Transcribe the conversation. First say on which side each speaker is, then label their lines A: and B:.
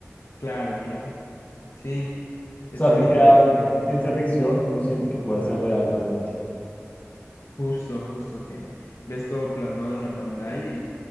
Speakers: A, on the left; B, on the left.
A: Claro, claro. Sí, está
B: O sea, si
A: muy
B: sea
A: interesante como...
B: ciencia ficción, uno siente que puede ser real realmente.
A: Justo, justo que ves todo plasmado en la pantalla y